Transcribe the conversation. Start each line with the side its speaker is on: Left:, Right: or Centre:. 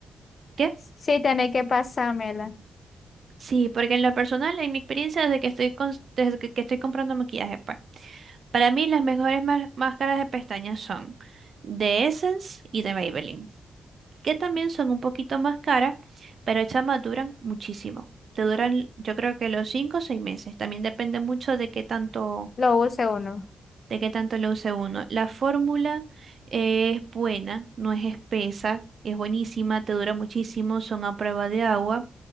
Right: ¿qué?
Left: sí tenés que pasármela.
Right: Sí, porque en lo personal, en mi experiencia, desde que estoy, cons- desde que, que estoy comprando maquillaje, pues, para mí las mejores ma- máscaras de pestañas son de Essence y de Maybelline, que también son un poquito más caras, pero chamas duran muchísimo. Te duran, yo creo que los 5 o 6 meses. También depende mucho de qué tanto,
Left: Lo use uno.
Right: de qué tanto lo use uno. La fórmula es buena, no es espesa, es buenísima, te dura muchísimo, son a prueba de agua.